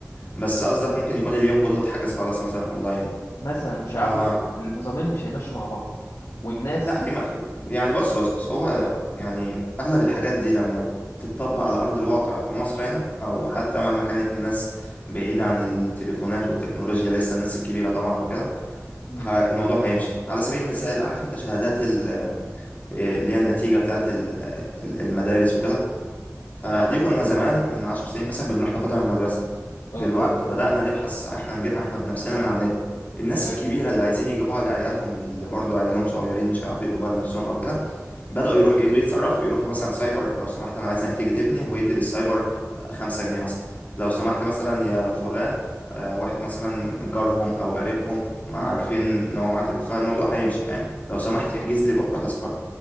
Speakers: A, on the left (about 30°); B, on the left (about 80°).
A: بس قصدك ممكن يكون اليوم كله اتحجز خلاص مثلا اونلاين
B: مثلا مش هيعرفوا
A: آه
B: النظامين مش هيمشوا مع بعض والناس
A: لا هي ما يعني بص بص بص هو يعني اغلب الحاجات دي لما بتتطبق على ارض الواقع في مصر هنا او حتى مهما كانت الناس بعيده عن التليفونات والتكنولوجيا لسه الناس الكبيره طبعا وكده
B: مم.
A: ه- الموضوع هيمشي على سبيل المثال عارف انت شهادات ال- آه، اللي هي النتيجة بتاعت ال- آه، المدارس وكده آه،
B: اه
A: دي كنا زمان من عشر سنين مثلا بنروح ناخدها من المدرسة
B: اه
A: دلوقتي بدأنا نبحث احنا نجيبها احنا بنفسنا من على النت الناس
B: ايوه
A: الكبيرة اللي عايزين يجيبوها لعيالهم اللي برضو عيالهم صغيرين مش عارفين يجيبوها لنفسهم او كده بدأوا يروح يتصرفوا يروحوا مثلا سايبر لو سمحت أنا عايز نتيجة تبني ويدي للسايبر آه، خمسة جنيه مثلا لو سمحت مثلا يا فلان آه، واحد مثلا جارهم أو قريبهم ما
B: مم.
A: عارفين إن هو معاه تل- فالموضوع هيمشي فاهم لو سمحت احجز لي بكرة تذكرة